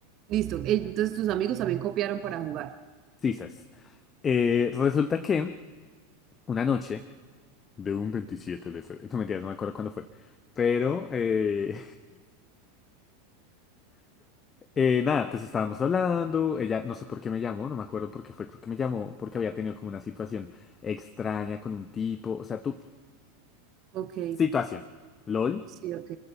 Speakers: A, on the right (about 40°); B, on the left (about 25°).
A: Listo, eh, entonces tus amigos también copiaron para jugar.
B: Sisas. Eh, resulta que una noche de un 27 de febrero, no mentiras, no me acuerdo cuándo fue, pero eh, <laughs> eh, nada, pues estábamos hablando, ella no sé por qué me llamó, no me acuerdo por qué fue, creo que me llamó porque había tenido como una situación extraña con un tipo, o sea, tú,
A: Ok,
B: situación, LOL,
A: sí, ok,